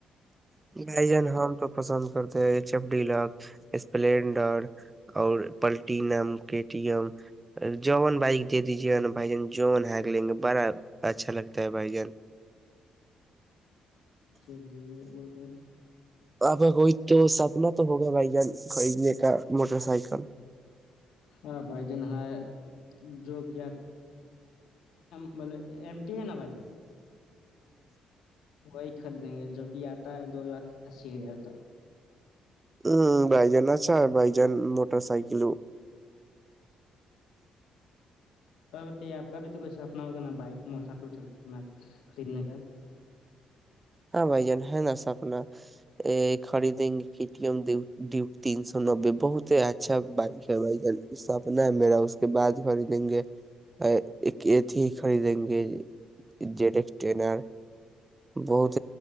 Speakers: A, on the right (about 20°); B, on the left (about 80°).
A: بائی جان ہمام تو پسند تےچف ڈی اسپلینڈر اور پلٹینمٹیم جون بائک دے دیجے نا بھائی ج جون ہگ لیں گے بڑا اچھا لگتا ہے بھائی جان
B: چلیے وہ تو
A: وہاں پہ کوئی تو سپنا تو ہو گیا بھائی جان کئی نہیں کا موٹر سائیکل
B: ہاں بھائی جان ہے جو کیا م ہے نا بھائی جن وہ خریدیں گے جو کہ آتا ہے دو لاکھ اسی ہزار کا
A: ہ بائی جان آچ بائی جان موٹر سائکلو
B: اور آ کا بھی تو کوئیسا اپنا ہوگا نا بائک موٹر سائیکللنا خریدنے کا
A: ہاں بائی جان ہ نا سپنا خرید م ت سو سو نبے بہت ہی اچھا بائک ہے بھائی اس س اپنا ہے میرا اس کے بعد خریدیں گے ایک ایھی خریدیں گے جیڈ ایکس ٹین آر بہت